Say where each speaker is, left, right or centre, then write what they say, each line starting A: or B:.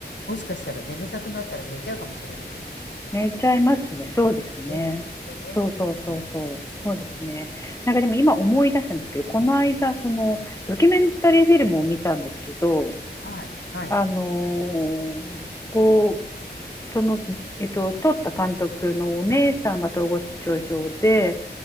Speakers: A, on the left (about 85°); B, on the left (about 15°).
A: もしかしたら眠たくなったら寝ちゃうかもしれません
B: 寝ちゃいますね。そうですね。
A: ね。きっとね。
B: そうそうそうそう。
A: うん。
B: そうですね。なんかでも今思い出したんですけど、この間、その、ドキュメンタリーフィルムを見たんですけど、
A: はい。はい。
B: あのーこう、その、えっと、撮った監督のお姉さんが統合失調症で、